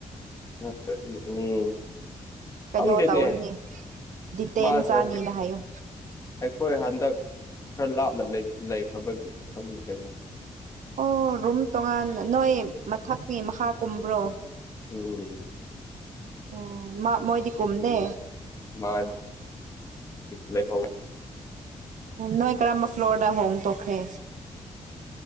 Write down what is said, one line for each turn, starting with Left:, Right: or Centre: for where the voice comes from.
Left: ꯃꯕꯤ ꯎꯝ
Right: ꯀꯩꯅꯣ
Left: ꯈꯪꯗꯤꯅꯦ
Right: ꯇꯧꯔꯅꯤ ꯗꯤꯇꯦꯟ
Left: ꯃꯥꯁꯦ
Right: ꯆꯥꯅꯤꯅ
Left: ꯍꯧꯖꯤ
Right: ꯍꯥꯏꯌꯣ
Left: ꯑꯩꯈꯣꯏ ꯍꯟꯗꯛ ꯈꯔ ꯂꯥꯞꯅ ꯂꯩꯈ꯭ꯔꯕꯒꯤ ꯈꯪꯅꯤꯡ ꯊꯦꯡꯅꯩ
Right: ꯑꯣ ꯔꯨꯝ ꯇꯣꯉꯥꯟ ꯅꯣꯏ ꯃꯊꯛꯀꯤ ꯃꯍꯥ ꯀꯨꯝꯕ꯭ꯔꯣ
Left: ꯎꯝ
Right: ꯑꯣ ꯃꯥ ꯃꯣꯏꯗꯤ ꯀꯨꯝꯨꯝꯗꯦ
Left: ꯃꯥ ꯂꯩꯍ
Right: ꯅꯣꯏ ꯀꯔꯝꯕ ꯐ꯭ꯂꯣꯔꯗ ꯍꯣꯡ ꯇꯣꯛꯈ꯭ꯔꯦ